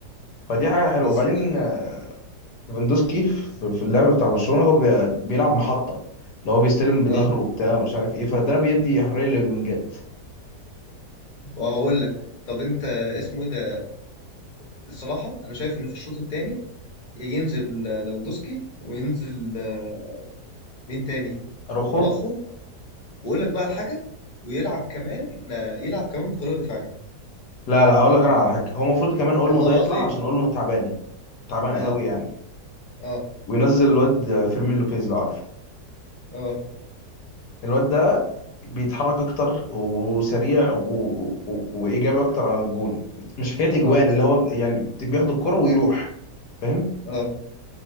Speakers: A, on the left; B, on the left.
A: فدي حاجة حلوة
B: بس
A: وبعدين آه، ليفاندوسكي في في اللعب بتاع برشلونة هو بي- بيلعب محطة اللي هو بيستلم بظهره
B: اه
A: وبتاع مش عارف ايه فده بيدي حرية للونجات
B: وهقول لك طب انت اسمه ايه ده الصراحة انا شايف ان في الشوط التاني ينزل ليفاندوسكي وينزل آه، مين تاني
A: اروخو
B: اراخو واقول لك بقى على حاجه ويلعب كمان آه، يلعب كمان بطريقه دفاعيه
A: لا لا هقول لك انا على حاجه هو المفروض كمان اولمو
B: والله
A: ده
B: العظيم
A: يطلع عشان اولمو تعبان تعبان
B: اه
A: قوي يعني
B: اه
A: وينزل الواد فيرمين لوبيز لو عارفه
B: اه
A: الواد ده بيتحرك اكتر وسريع و... و... و- وايجابي اكتر على الجون مش حكايه
B: اه
A: اجوان اللي هو يعني بياخد الكرة ويروح فاهم
B: اه